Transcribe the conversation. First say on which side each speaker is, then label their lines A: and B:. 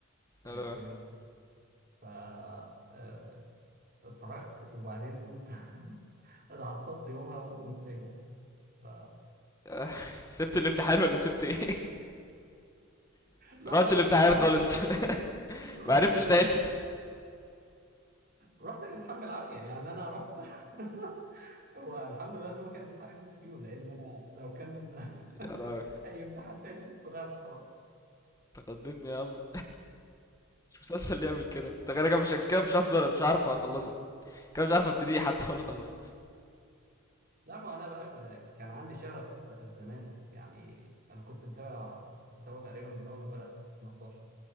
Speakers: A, on the right; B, on the left.
A: آه،
B: لا لا.
A: في اليوم ف آه، اتفرجت وبعدين قمت <laughs> اتعصبت يومها وقمت سايبه ف
B: <laughs> <applause> آه، سبت الامتحان ولا سبت ايه؟ <laughs> <applause>
A: لا
B: رحتش
A: رحت
B: الامتحان
A: الامتحان
B: خالص
A: بال...
B: <laughs> <applause>
A: رحت
B: ما عرفتش
A: الامتحان
B: تحل
A: بال... رحت الامتحان بالعافيه يعني انا رحت <laughs> هو الحمد لله ان هو كان امتحان ام اس كيو لان انا لو كان
B: <laughs> <applause>
A: <laughs>
B: يلا
A: اي امتحان تاني كنت طلعت خلاص
B: تقدمني يا عم مش مسلسل اللي يعمل كده انت كده كده مش كده مش هفضل مش عارف اخلصه كده مش عارف ابتدي حتى ولا اخلصه
A: لا ما انا بقى ك- كان عندي شغف آه، زمان يعني انا كنت متابع متابع تقريبا من اول ما بدا 2011